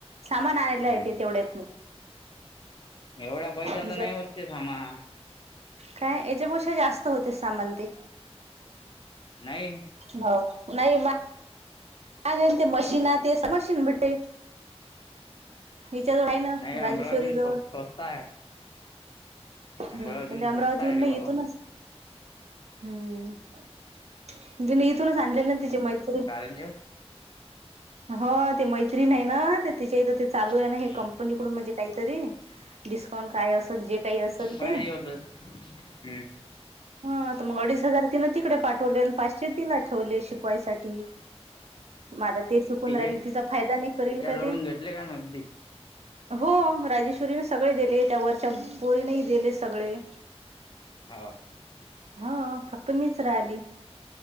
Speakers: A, on the right; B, on the left.
A: सामान आणायला
B: हम्म
A: येत तेवढ्याच नाही
B: एवढ्या पैशाच
A: तिच्या
B: नाही होतते मा
A: काय याच्यापेक्षा जास्त होतेस सामान ते.
B: नाही..
A: हो नाही मा अगतेन मशीन आ ते मशीन भटे हिच्या जवळ आहे ना
B: नाही अमरावती
A: राजेश्वरी जवळ
B: स्व स्वस्त आहे
A: हम्म
B: अमरावती
A: पण ते अमरावतीहून
B: स्वस्त आहे रे
A: नाही
B: बाबा
A: येथूनच हम्म ज इथूनच आणलेलं ना तिचे मैतरीन
B: कार जो
A: हो ते मैत्रीण नाही ना ते तिच्या इथ चालू आहे
B: हम्म
A: ना हे कंपनीकडून म्हणजे काहीतरी डिस्काउंट काय असेल जे काही असेल
B: पाहिजे
A: ते.
B: होत हम्म
A: हा तर मग अडीच हजार तिनं तिकडे पाठवले आणि पाचशे तिला ठेवले शिकवायसाठी. मला ते शिकून
B: तिचे
A: राहिल तिचा फायदा नाही करल
B: तिच्याजवळून
A: का ती.
B: घेतले का नगदी
A: हो राजेश्वरीने सगळे दिले त्या वरच्या पोरीने दिले सगळे.
B: हो..
A: हा फक्त मीच राहिली